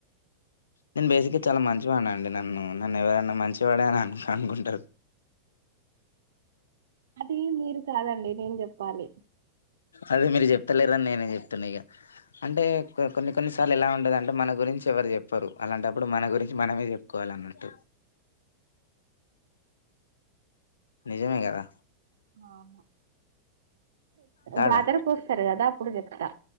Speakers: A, on the left; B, on the right.
A: నేను బేసిక్ గా చాలా మంచివాన్ని అండి నన్ను ఎవరైనా మంచివాడే అని అను అనుకుంటారు
B: అదే మీరు కాదండి నేను చెప్పాలి
A: అదే మీరు చెప్తలేరని నేనే చెప్తున్నా ఇక అంటే కొన్ని కొన్నిసార్లు ఎలా ఉండదు అంటే మన గురించి ఎవరు చెప్పరు అలాంటప్పుడు మన గురించి మనమే చెప్పుకోవాల అన్నట్టు నిజమే కదా
B: ఆహా
A: కాదా
B: జాతరకు వస్తారు కదా అప్పుడు చెప్తా